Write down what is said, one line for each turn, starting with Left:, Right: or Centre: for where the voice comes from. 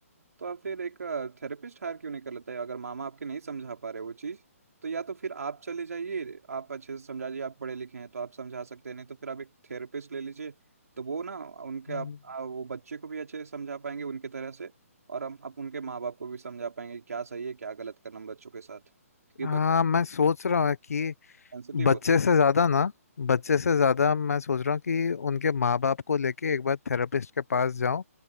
Right: तो आप फिर एक थेरेपिस्ट हायर क्यों नहीं कर लेते अगर मामा आपके नहीं समझा पा रहे वो चीज़ तो या तो फिर आप चले जाइए आप अच्छे से समझा दीजिए आप पढ़े लिखे हैं तो आप समझा सकते हैं नहीं तो फिर आप एक थेरेपिस्ट ले लीजिए तो वो ना उनके
Left: हम्म।
Right: आप आ, वो बच्चे को भी अच्छे से समझा पाएंगे उनके तरह से और हम आप उनके माँ बाप को भी समझा पाएंगे कि क्या सही है क्या गलत करना है बच्चों के साथ क्योंकि
Left: हाँ
Right: बच्चे
Left: मैं सोच रहा हूँ कि
Right: सेंसिटिव
Left: बच्चे
Right: होते
Left: से ज्यादा ना बच्चे से ज्यादा मैं सोच रहा हूँ कि उनके माँ बाप को लेके एक बार थेरेपिस्ट के पास जाऊं